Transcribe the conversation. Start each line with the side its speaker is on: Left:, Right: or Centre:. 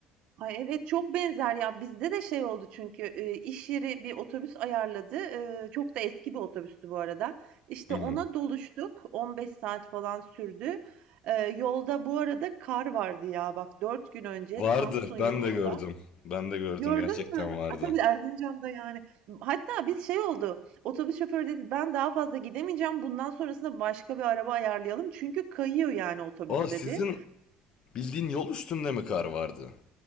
Right: Ay, evet, çok benzer ya. Bizde de şey oldu çünkü, eee, iş yeri bir otobüs ayarladı. Eee, çok da eski bir otobüstü bu arada. İşte
Left: Hı
Right: ona
Left: hı.
Right: doluştuk. 15 saat falan sürdü. Eee, yolda bu arada kar vardı ya bak 4 gün önce
Left: Vardı.
Right: Samsun yolunda.
Left: Ben de gördüm. Ben de gördüm.
Right: Gördün
Left: Gerçekten
Right: mü?
Left: vardı.
Right: A, tabii Erzincan'da yani. Hatta biz şey oldu, otobüs şoförü dedi ben daha fazla gidemeyeceğim. Bundan sonrasında başka bir araba ayarlayalım. Çünkü kayıyor yani otobüs
Left: O sizin
Right: dedi.
Left: bildiğin yol üstünde mi kar vardı?